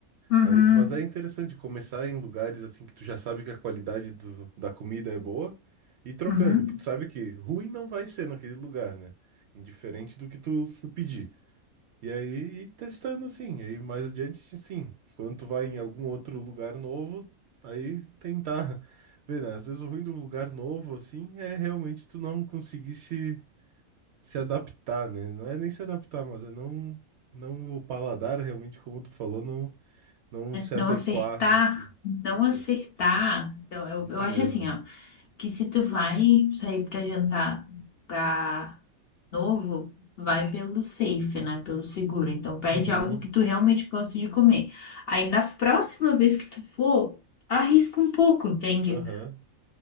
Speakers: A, on the left (about 55°); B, on the right (about 60°).
A: uhum,
B: Aí, mas é interessante começar em lugares assim que tu já sabe que a qualidade do- da comida é boa e trocando,
A: uhum.
B: que tu sabe que ruim não vai ser naquele lugar, né? Indiferente do que tu, tu pedir. E aí, ir testando assim, aí mais adiante, sim. Quando tu vai em algum outro lugar novo, aí tentar <laughs> ver, né? Às vezes o ruim do lugar novo, assim, é realmente tu não conseguir se, se adaptar, né? Não é nem se adaptar, mas é não, não o paladar realmente, como tu falou, não não se adequar
A: Não acertar,
B: àquilo.
A: não
B: Isso,
A: acertar. Então, eu,
B: isso
A: eu acho
B: mesmo.
A: assim, ó, que se tu vai sair pra jantar pra novo, vai pelo safe, né? Pelo seguro. Então, pede
B: Uhum,
A: algo que tu realmente gosta de comer. Aí, na próxima vez que tu for, arrisca um pouco, entende?
B: aham,